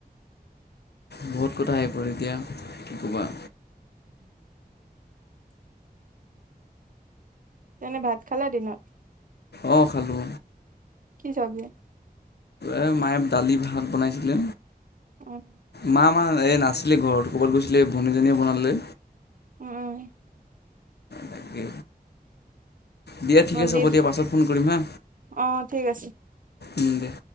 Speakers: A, on the left (about 85°); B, on the right (about 55°).
A: বহুত কথা আহি পৰে এতিয়া কোবা।
B: তেনে ভাত খালা দিনত।
A: অঁ খালো।
B: কি চাবজি।
A: এ মায়ে দালি ভাত বনাইছিলে।
B: অহ।
A: মা আমাৰ এই নাছিলে ঘৰত ক'ৰবাত গৈছিলে ভনীজনীয়ে বনালে।
B: উম।
A: তাকে। দিয়া ঠিক
B: ভণ্টিছ
A: আছে হ'ব দিয়া পাছত ফোন কৰিম হা।
B: অ ঠিক আছে
A: উ দেয়া